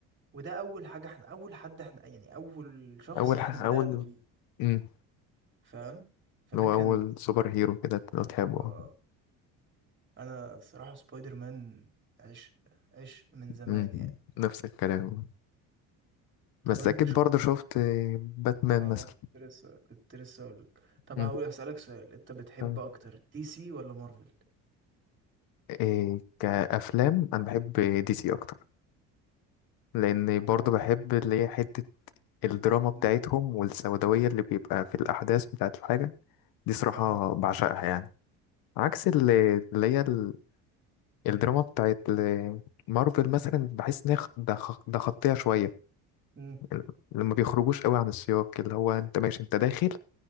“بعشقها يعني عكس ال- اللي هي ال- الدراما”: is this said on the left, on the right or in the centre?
Left